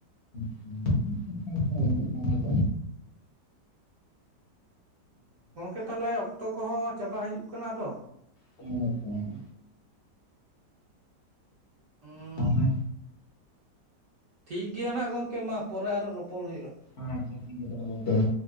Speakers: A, on the left; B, on the right.
A: <inaudible>
B: ᱜᱚᱢᱠᱮ, ᱛᱟᱦᱚᱞᱮ ᱚᱠᱛᱚ ᱠᱚᱦᱚᱸ ᱪᱟᱵᱟ ᱦᱤᱡᱩᱜ ᱠᱟᱱᱟ ᱟᱫᱚ᱾
A: ᱦᱮ <inaudible>
B: ᱦᱩᱸ
A: ᱛᱟᱦᱚᱞᱮ
B: ᱴᱷᱤᱠ ᱜᱮᱭᱟ ᱱᱟᱦᱟᱜ ᱜᱚᱢᱠᱮ ᱢᱟ, ᱯᱚᱨᱮ ᱟᱨᱦᱚᱸ ᱨᱚᱯᱚᱲ ᱦᱩᱭᱩᱜᱼᱟ᱾
A: ᱟᱪᱪᱷᱟ ᱴᱷᱤᱠ ᱜᱮᱭᱟ ᱛᱟᱦᱚᱞᱮ ᱜᱚᱝᱠᱮ ᱢᱟ᱾